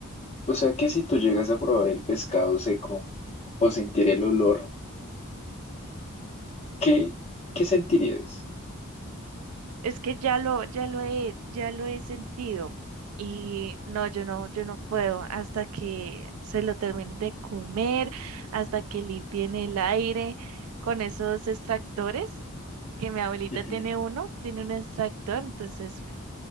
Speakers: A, on the left; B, on the right.
A: O sea que si tú llegas a probar el pescado seco o sentir el olor, ¿qué, qué sentirías?
B: Es que ya lo, ya lo he, ya lo he sentido y no, yo no, yo no puedo hasta que se lo terminen de comer, hasta que limpien el aire con esos extractores, que mi abuelita
A: Ujú.
B: tiene uno, tiene un extractor, entonces